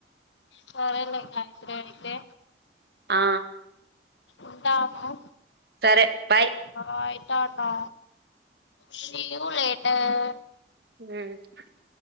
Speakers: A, on the left (about 80°); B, on the right (about 60°).
A: సరేలె ఇంగ ఇప్పుడే అయితే
B: ఆ
A: ఉంటాము
B: సరే bye
A: bye tata see you later
B: ఉ